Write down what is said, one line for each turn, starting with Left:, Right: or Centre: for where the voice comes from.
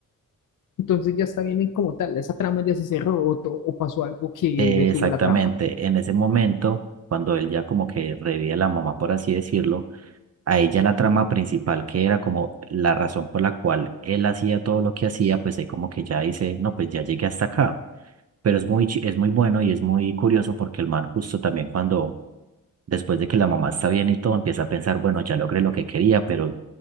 Left: Entonces ya está bien en como tal, esa trama ya se cerró o, to- o pasó algo que
Right: Eh,
Left: detuvo
Right: exactamente,
Left: la trama.
Right: en ese momento, cuando él ya como que revive a la mamá, por así decirlo, a ella la trama principal, que era como la razón por la cual él hacía todo lo que hacía, pues ahí como que ya dice, no, pues ya llegué hasta acá. Pero es muy, chi- es muy bueno y es muy curioso porque el man justo también cuando, después de que la mamá está bien y todo, empieza a pensar, bueno, ya logré lo que quería, pero